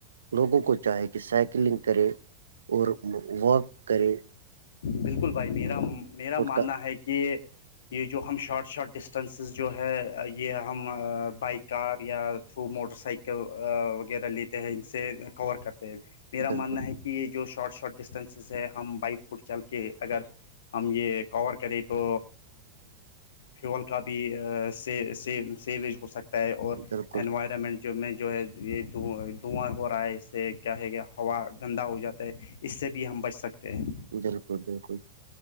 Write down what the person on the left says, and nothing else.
بالکل بھائی میرا میرا ماننا
ہے کہ یہ جو ہم شارٹ شارٹ ڈسٹینسز جو ہے یہ ہم بائک کار یا تھرو موٹر سائیکل وغیرہ لیتے ہیں ان سے کور کرتے ہیں میرا
ماننا ہے کہ یہ جو شارٹ شارٹ ڈسٹینسز ہے ہم بائک فٹ چل کے اگر ہم یہ کور کریں تو فیول کا بھیی سیویج ہو سکتا ہے اور
انوائرمنٹ جو میں جو ہے یہ دھواں دھواں ہو رہا ہے اس سے کیا ہے کہ ہوا گندا ہو جاتا ہے اس سے بھی ہم بچ سکتے ہیں